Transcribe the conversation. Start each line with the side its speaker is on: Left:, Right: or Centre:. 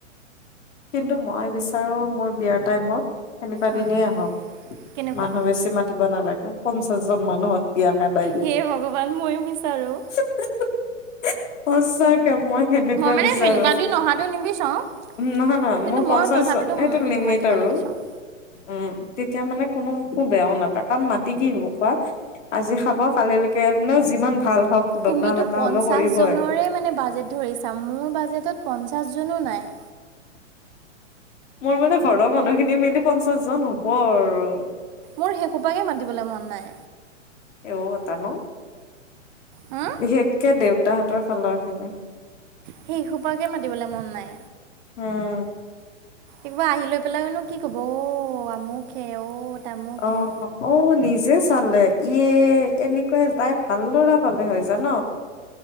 Left: কিন্তু মই বিচাৰো মোৰ বিয়াৰ টাইমত সেনেকুৱা
Right: উম,
Left: দিনেই আহক।
Right: কেনেকুৱা
Left: মানুহ বেছি মাতিব নালাগে। পঞ্চাশ জন মানুহত বিয়া খেদাই দিউ।
Right: হে ভগৱান ময়ো বিচাৰোঁ
Left: সঁচা কে মই সেনেকুৱা
Right: মানে
Left: বিচাৰো।
Right: সেনেকুৱা দিন অহাটো নিবিচাৰোঁ
Left: নহয় নহয়
Right: কিন্তু
Left: মোৰ
Right: মই
Left: পঞ্চাশ
Right: তথাপিতো
Left: জন, সেটো লিমিট
Right: মাতিব
Left: আৰু
Right: নিবিচাৰোঁ
Left: উম। তেতিয়া মানে কোনো বেয়াও নাপায় কাৰণ মাটি কি হ'ব কোৱা - আজি খাব কালিলৈকে ন যিমান ভাল হওক বদনাম
Right: তুমিটো
Left: এটা
Right: পঞ্চাশজনৰে
Left: হ'লেও কৰিবই।
Right: মানে বাজেট ধৰি চ মোৰ বাজেত প পাঁচজনো নাই
Left: মোৰ মানে ঘৰৰ মানুহখিনি মিলি পঞ্চাশ জন হব আৰু
Right: মোৰ সেইসোপাকে মাতিবলৈ মন নাই
Left: এটা ন
Right: হম
Left: বিশেষকে দেউতাহঁতৰ ফালৰখিনি
Right: সেইসোপাকে মাতিবলে মন নাই
Left: উম।
Right: একবাৰ আহি লৈ পেলাইনো কি কব অ আমুক হে অ তামুকহে
Left: অ-অ নিজ নিজে চালে ইয়ে এনেকুৱাই তাই ভাল লৰা পালে হয় জান